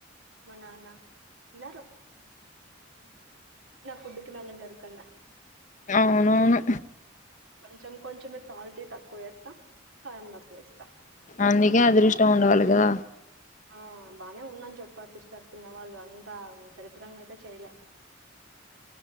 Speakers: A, on the right; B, on the left.
A: మ నాన్న ఉన్నారు కుడుతున్నాంగంటారు కొన్న
B: అవునవును
A: కొంచెం కొంచమే సాల్ట్ తక్కువ వేస్తా కారం తక్కువ వేస్తా
B: అందుకే అదృష్టం ఉండవాలి గా
A: ఆ బాగానే ఉందని చెప్పర్ సిస్టర్ తిన్నవాళ్ళు అంతా దరిద్రంగా అయితే చెయలే